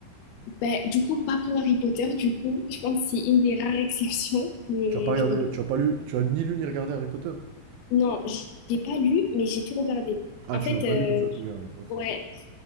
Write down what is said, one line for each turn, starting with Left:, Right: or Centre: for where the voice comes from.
Left: bah, du coup, pas pour Harry Potter, du coup, je pense que c'est une des rares exceptions, mais
Right: Tu as pas regardé,
Left: j'aurais...
Right: tu as pas lu, tu as ni lu ni regardé Harry Potter?
Left: Non, j'ai pas lu, mais j'ai tout regardé.
Right: Ah,
Left: En
Right: tu
Left: fait,
Right: n'as pas
Left: euh,
Right: lu, mais tu as tout regardé. Ok.
Left: ouais,